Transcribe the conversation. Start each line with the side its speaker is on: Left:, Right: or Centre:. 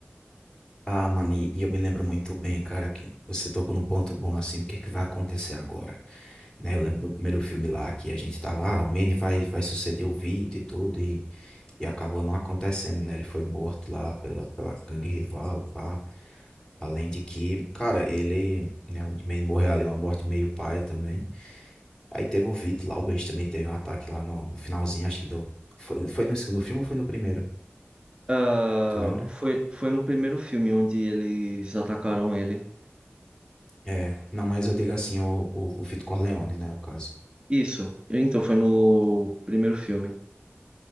Left: Ah, mano, e e eu me lembro muito bem, cara, que você tocou num ponto bom, assim, o que é que vai acontecer agora? né? Eu lembro do primeiro filme lá que a gente tava, ah, o Manny vai, vai suceder o Vito e tudo, e, e acabou não acontecendo, né? Ele foi morto lá pela, pela gangue rival e pá. Além de que, cara, ele, né, o Manny morreu ali, uma morte meio paia também. Aí teve o Vito lá, o Benji também teve um ataque lá no, no finalzinho, acho que deu. Foi, foi no segundo filme ou foi no primeiro?
Right: Ah,
Left: Tu lembra?
Right: foi, foi no primeiro filme onde eles atacaram ele.
Left: É, não, mas eu digo assim, o, o, o Vito Corleone, né, o caso.
Right: Isso, então foi no primeiro filme.